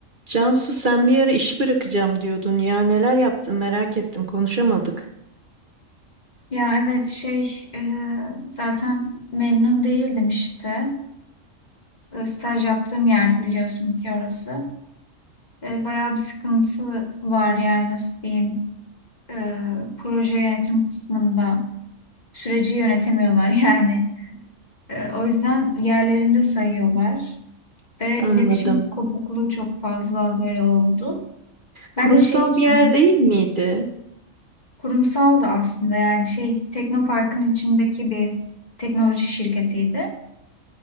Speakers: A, on the right (about 40°); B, on the left (about 35°).
A: Cansu sen bir ara işi bırakacağım diyordun ya neler yaptın merak ettim konuşamadık.
B: Ya evet şey e, zaten memnun değildim işte. E, Staj yaptığım yerde biliyorsun ki orası. E, bayağı bir sıkıntı var yani nasıl diyeyim. E, proje yönetim kısmında süreci yönetemiyorlar <laughs> yani. E, o yüzden yerlerinde sayıyorlar. Ve
A: Anladım.
B: iletişim kopukluğu çok fazla böyle oldu.
A: Kurumsal
B: Ben de şey için
A: bir yer değil miydi?
B: kurumsaldı aslında yani şey Teknopark'ın içindeki bir teknoloji şirketiydi.